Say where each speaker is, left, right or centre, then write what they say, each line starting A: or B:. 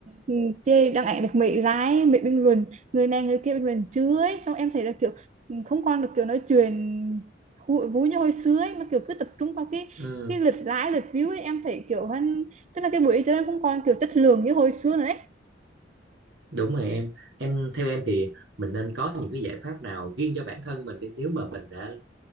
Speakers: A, on the right (about 40°); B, on the right (about 65°).
A: ừ, chê đăng ảnh được mấy lái mấy bình luận người này người kia bình luận chứa ấy. xong em thấy là kiểu ừ, không còn được kiểu nói chuyện hụ- vui như hồi xưa ấy mà kiểu cứ tập trung vào cái
B: ừ,
A: cái lượt like lượt view ấy em thấy kiểu hơn tức là cái buổi chơi nó không còn kiểu chất lượng như hồi xưa nữa đấy
B: đúng rồi em em theo em thì mình nên có những cái giải pháp nào riêng cho bản thân mình đi nếu mà mình đã